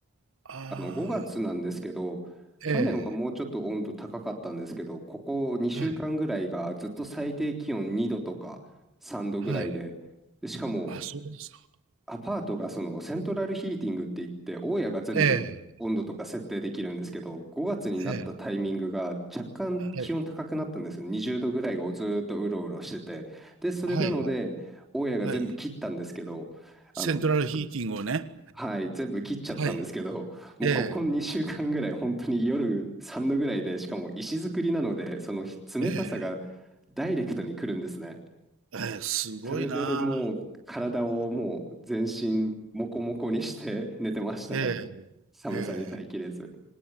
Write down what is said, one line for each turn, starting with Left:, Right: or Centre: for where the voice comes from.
Right: ああ、
Centre: あの5月なんですけど、去年はもうちょっと温度高かったんですけど、
Right: ええ、
Centre: ここ2週間ぐらいがずっと最低気温2度とか3度ぐらいで、
Right: はい、はい。
Centre: でしかも
Right: あ、そうですか。
Centre: アパートがそのセントラルヒーティングって言って、大家が全部温度とか設定できるんですけど、
Right: ええ、
Centre: 5月になったタイミングが若干気温高くなったんです。
Right: ええ、はい、
Centre: 20度ぐらいをずっとうろうろしてて。で、それなので、
Right: はい、はい、
Centre: 大家が全部切ったんですけど、
Right: はい。セントラルヒーティングをね。
Centre: あのはい、全部切っちゃったんですけど、
Right: はい。
Centre: もうここ2週間ぐらい、
Right: ええ、
Centre: 本当に夜3度ぐらいで、しかも石造りなので、その冷たさが
Right: ええ、
Centre: ダイレクトに来るんですね。
Right: ええ、すごいな。
Centre: それでもう体をもう全身モコモコにして寝てましたね。
Right: うんえ
Centre: 寒さに耐えきれず。
Right: え、え